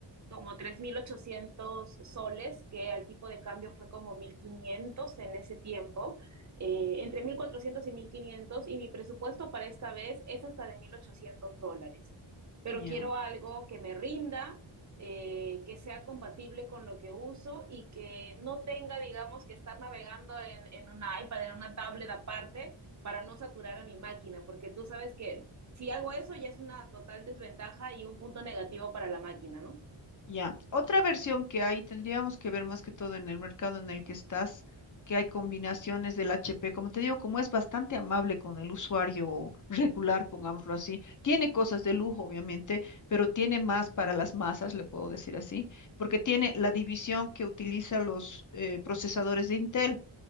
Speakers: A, on the right; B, on the left.
A: como 3.800 soles, que al tipo de cambio fue como 1.500 en ese tiempo, eh, entre 1.400 y 1.500. y mi presupuesto para esta vez es hasta de 1.800 dólares. Pero
B: Ya.
A: quiero algo que me rinda, eh, que sea compatible con lo que uso y que no tenga, digamos, que estar navegando en, en un iPad, en una tablet aparte para no saturar a mi máquina, porque tú sabes que si hago eso ya es una total desventaja y un punto negativo para la máquina, ¿no?
B: Ya, otra versión que hay, tendríamos que ver más que todo en el mercado en el que estás, que hay combinaciones del HP, como te digo, como es bastante amable con el usuario <laughs> regular, pongámoslo así, tiene cosas de lujo, obviamente, pero tiene más para las masas, le puedo decir así, porque tiene la división que utiliza los eh, procesadores de Intel.